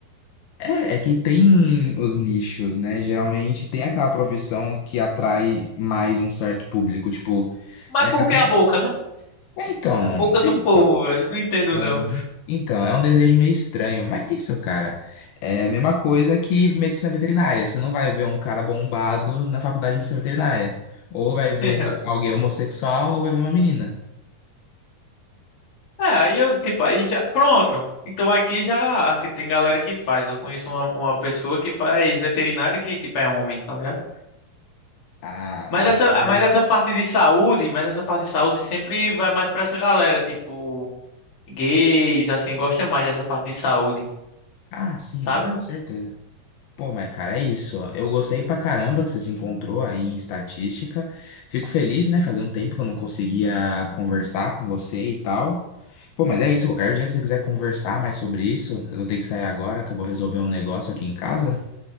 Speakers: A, on the left (about 80°); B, on the left (about 40°).
A: É, é que tem os nichos, né? Geralmente tem aquela profissão que atrai mais um certo público, tipo,
B: Mas
A: é
B: por
A: até,
B: que a boca, né?
A: é então,
B: É A Boca
A: é
B: do
A: então.
B: povo, velho, eu não entendo
A: Uhum.
B: não.
A: Então, é um desejo meio estranho, mas é isso, cara. É a mesma coisa que medicina veterinária. Você não vai ver um cara bombado na faculdade de medicina veterinária. Ou vai
B: <laughs>
A: ver alguém homossexual, ou vai ver uma menina.
B: É, aí eu, tipo, aí já, pronto. Então aqui já, tipo, tem galera que faz. Eu conheço uma, uma pessoa que faz veterinário que, tipo, é homem, tá ligado?
A: Ah,
B: Mas
A: ah,
B: essa, mas
A: é-
B: essa parte de saúde, mas essa parte de saúde sempre vai mais pra essa galera, tipo, gays, assim, gosta mais dessa parte de saúde,
A: ah, sim,
B: sabe?
A: com certeza. Pô, mas cara, é isso. Eu gostei pra caramba que você se encontrou aí em estatística. Fico feliz, né? Fazia um tempo que eu não conseguia conversar com você e tal. Pô, mas é isso. Qualquer dia que você quiser conversar mais sobre isso, eu tenho que sair agora, que eu vou resolver um negócio aqui em casa.